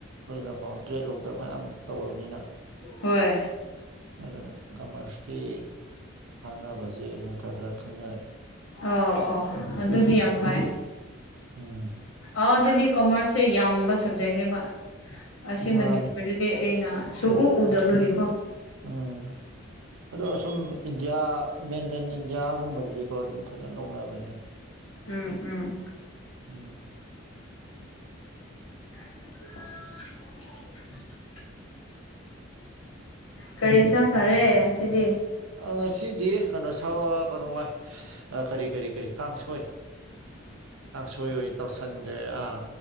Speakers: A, on the right; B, on the left.
A: ꯂꯣꯏꯅꯀꯣ ꯇ꯭ꯔꯦꯠꯂꯣꯝꯗ ꯐꯅꯌꯥꯝ ꯇꯧꯔꯕꯅꯤꯅ
B: ꯍꯣꯏ
A: ꯑꯗꯨꯅ ꯀꯃꯔꯁꯀꯤ ꯀꯥꯟꯅꯕꯁꯦ ꯑꯗꯨꯝ ꯈꯔ ꯈꯔ ꯈꯪꯅꯔꯛꯑꯦ
B: ꯑꯣ ꯑꯣ ꯑꯗꯨꯗꯤ ꯌꯥꯝ ꯐꯩ
A: ꯎꯝ
B: ꯑꯦ ꯑꯗꯨꯗꯤ ꯀꯣꯃꯔꯁꯁꯦ ꯌꯥꯝꯕ ꯁꯕꯖꯦꯛꯅꯦꯕ ꯑꯁꯤ
A: ꯃꯥꯅꯦ
B: ꯃꯅꯤꯄꯨꯔꯗꯗꯤ ꯑꯩꯅ ꯁꯨꯎ ꯎꯗꯕꯒꯤꯀꯣ
A: ꯎꯝ ꯑꯗꯣ ꯁꯨꯝ ꯏꯟꯗꯤꯌꯥ ꯃꯦꯟꯂꯦꯟ ꯏꯟꯗꯤꯌꯥꯒꯨꯝꯕꯗꯗꯤꯀꯣ ꯑꯗꯨꯝ ꯐꯖꯅ ꯂꯧꯅꯕꯅꯦ
B: ꯎꯝ ꯎꯝ
A: ꯎꯝ
B: <unintelligible> ꯀꯔꯤ ꯌꯦꯟꯁꯥꯡ ꯆꯥꯔꯦ ꯉꯁꯤꯗꯤ
A: ꯉꯁꯤꯗꯤ ꯀꯩꯅꯣ ꯁꯥ ꯀꯩꯅꯣ ꯋꯥꯏ ꯀꯔꯤ ꯀꯔꯤ ꯀꯔꯤ ꯀꯥꯡꯁꯣꯏ ꯀꯥꯡꯁꯣꯏ ꯑꯣꯏꯅ ꯇꯧꯁꯟꯈ꯭ꯔꯦ ꯑꯥ